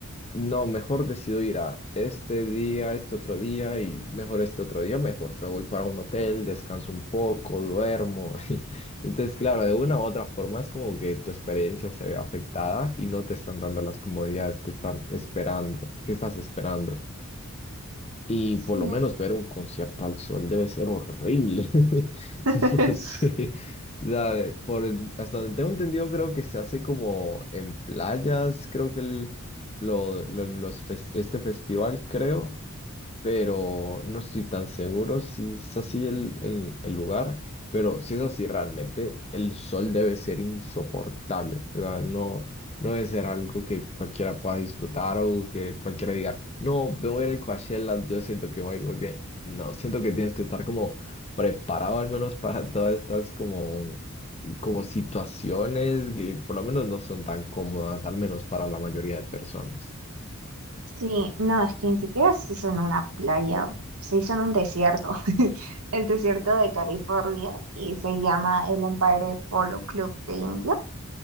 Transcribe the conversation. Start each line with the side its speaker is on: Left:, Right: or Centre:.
Left: No, mejor decido ir a este día, este otro día y mejor este otro día, mejor. Me voy para un hotel, descanso un poco, duermo. <laughs> y- Entonces, claro, de una u otra forma es como que tu experiencia se ve afectada y no te están dando las comodidades que están esperando, que estás esperando. Y por
Right: No.
Left: lo menos ver un concierto al sol debe ser horrible. <laughs>
Right: <laughs>
Left: No sé. O sea, por, el- hasta donde tengo entendido, creo que se hace como en playas, creo que el, lo, lo- los fes- este festival, creo pero no estoy tan seguro si es así el, el, el lugar, pero si es así realmente, el sol debe ser insoportable, o sea, No, no debe ser algo que cualquiera pueda disfrutar o que cualquiera diga, no, me voy a ir al Coachella, yo siento que voy a ir muy bien. No, siento que tienes que estar como preparado al menos para todas estas como, como situaciones que por lo menos no son tan cómodas, al menos para la mayoría de personas.
Right: Sí, no, es que ni siquiera se hizo en una playa, se hizo en un desierto, <laughs> el desierto de California, y se llama el Empire Polo Club de India.